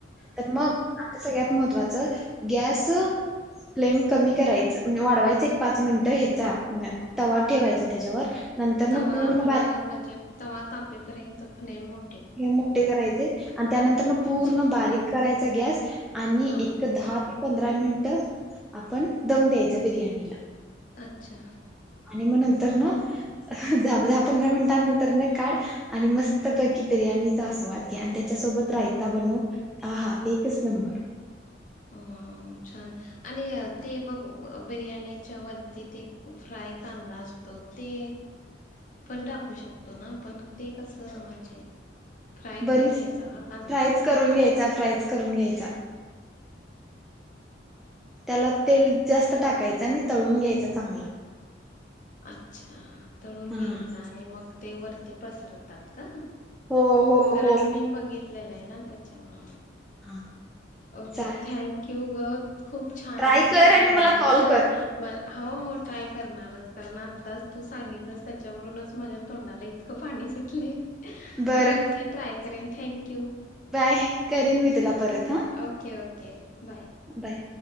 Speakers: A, in the centre; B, on the left.
A: तर मग, आता सगळ्यात महत्त्वाचं, गॅस प्लेम कमी करायच, म्हणजे वाढवायच एक पाच मिनटं, ह्याचा अ तवा ठेवायचा त्याच्यावर नंतर
B: तवा
A: न पूर्ण
B: पन्हा,
A: बारीक
B: म्हणजे तवा तापेपर्यंत, पण ये मो
A: हे मोठे करायचे आण त्यानंतर ण, पूर्ण
B: अच्छा
A: बारीक करायचा, गॅस आणि
B: हा
A: एक-दहा य पंधरा मिनिट, आपण दम द्यायचा, बिर्याणीला.
B: अच्छा.
A: आणि म नंतर न, अ दा-दहा पंधरा मिनिटां नंतर न, काढ आणि मस्त पे की बिर्याणीचा, आस्वाद घ्या आणि त्याच्या सोबत, रायता बनव, आ हा एकच नंबर.
B: अं अं छान. आणि ते बघ, बिर्याणीच्या वरती, ते फ्राय कांदा असतो, ते पण टाकू शकतो ना, पण ते कसं, म्हणजे फ्राय करून
A: बरीस,
B: घ्यायचा का कांदा?
A: फ्रायच करून घ्यायचा, फ्रायच करून घ्यायचा. त्याला, तेल जास्त टाकायचं आणि तळून घ्यायचा, चांगला
B: अच्छा, तळून
A: हा
B: घ्यायचा आणि मग ते वरती पसरतात, का?
A: हो हो
B: कारण
A: हो
B: मी बघितलेलं ना, त्याच्यामुळं
A: हा.
B: ओके,
A: चाल
B: थँकयु गं, खूप छान
A: ट्राय
B: रेसिपी
A: कर
B: सांगितलीस,
A: आणि मला कॉल कर
B: तु म, हो हो ट्राय करणारच, कारण आत्ताच तू सांगितलंस, त्याच्यावरूनच, माझ्या तोंडाला ई तकं पाणी सुटले,
A: बरं
B: मी नक्की ट्राय करेन, थँंक यु.
A: बाय, करीन मी तुला परत, हं.
B: Okay, okay, bye.
A: बाय.